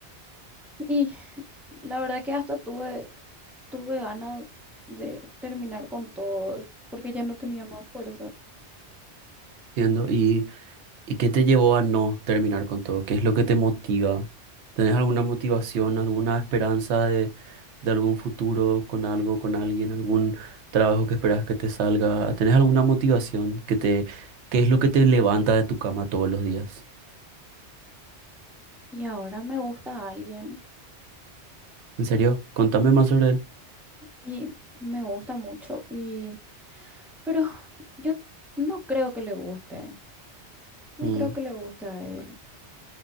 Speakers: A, in the centre; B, on the right (about 75°).
A: Y la verdad que hasta tuve tuve ganas de terminar con todo porque ya no tenía más fuerza.
B: Entiendo. ¿Y, y qué te llevó a no terminar con todo? ¿Qué es lo que te motiva? ¿Tenés alguna motivación, alguna esperanza de, de algún futuro con algo, con alguien, algún trabajo que esperas que te salga? ¿Tenés alguna motivación que te, qué es lo que te levanta de tu cama todos los días?
A: Y ahora me gusta alguien
B: ¿En serio? Contame más sobre él.
A: y me gusta mucho y pero yo no creo que le guste. No
B: Mm,
A: creo que le guste a él.